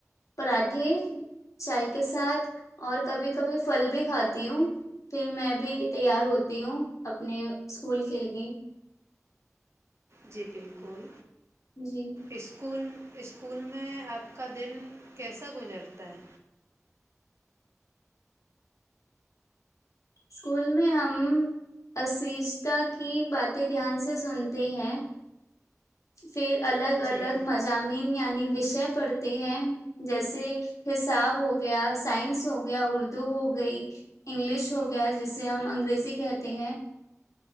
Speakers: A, on the left (about 75°); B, on the right (about 55°).
A: پراٹھے چائے کے ساتھ اور کبھی کبھی پھل بھی کھاتی ہوں پھر میں بھی تیار ہوتی ہوں اپنے اسکول کے لیگ
B: جی بالکل
A: جی
B: اسکو اسکول میں آپ کا دن کیسا گزرتا ہے
A: اسکول میں ہم اجتا کی باتیں دھیان سے سنتے ہیں فھر الگ
B: جی
A: الگ مضامین یعنی وشے پڑ ہیں جیسے حساب ہو گیا سائنس ہو گیا اردو ہو گئی انگلش ہو گیا جسے ہم انگریزی کہتے ہیں